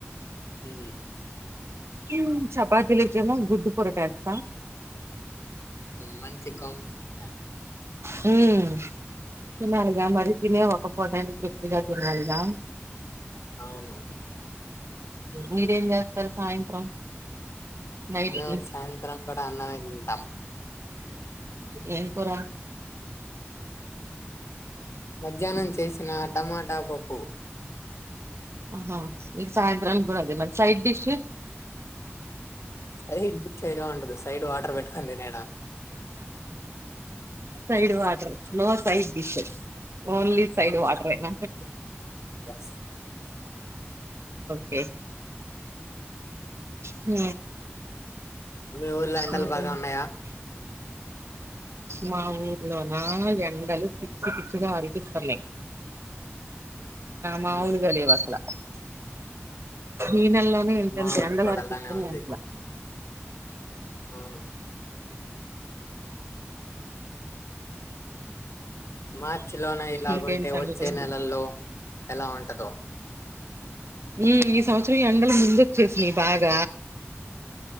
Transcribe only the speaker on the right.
హమ్ చపాతిలేకెమో గుడ్డు కూర చేస్తా
హమ్ తినాలి గా తినే ఒక్కపూటైనా తృప్తిగా తి తినాలి గా
మీరేం చేస్తారు సాయంత్రం నైట్
కి
ఏం కూర
ఆహో ఈ సాయత్రం కూడ అదే మరి సైడ్ డిష్
సైడ్ water no side dish only side వాట్రే అంతే
ఏ హు
ఇంకేంటి
మా ఊర్లోన ఎండలు పిచ్చ పిచ్చగా ఆరపిస్తనాయ్ మాములుగా
లేవసల ఈనెలొ ఎంతంత
ఎండలు
అరిపిస్తనాయ్
అట్లా
ఇంకేంటి సంగతులు
ఉ ఈ సంవత్సరం ఎండలు ముందొచ్చేసినాయ్ బాగ